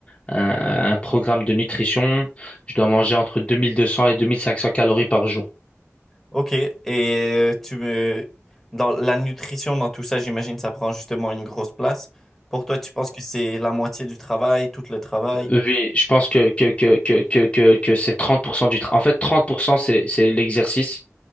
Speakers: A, on the left; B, in the centre.
A: un, un programme de nutrition. Je dois manger entre 2200 et 2500 calories par jour.
B: Ok, et euh, tu me... Dans la nutrition, dans tout ça, j'imagine ça prend justement une grosse place. Pour toi, tu penses que c'est la moitié du travail, tout le travail.
A: Oui, je pense que, que, que, que, que, que, que c'est 30% du travail. En fait, 30% c'est, c'est l'exercice,